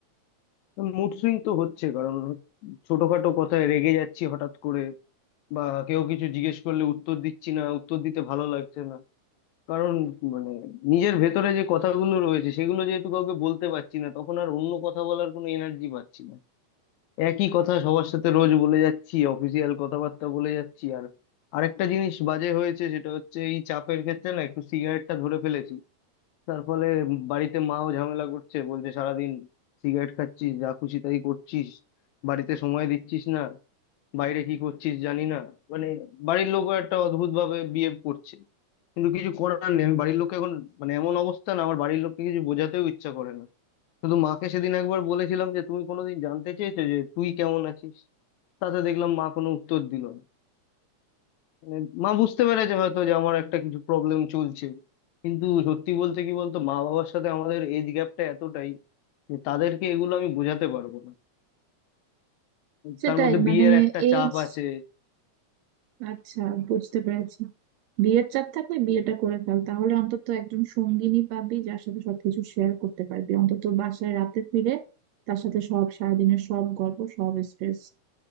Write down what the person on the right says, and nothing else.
সেটাই
মানে
এজ
আচ্ছা বুঝতে পেরেছি বিয়ের চাপ থাকলে বিয়েটা করে ফেল তাহলে অন্তত একজন সঙ্গিনী পাবি যার সাথে সবকিছু শেয়ার করতে পারবি অন্তত বাসায় রাতে ফিরে তার সাথে সব সারাদিনের সব গল্প সব স্ট্রেস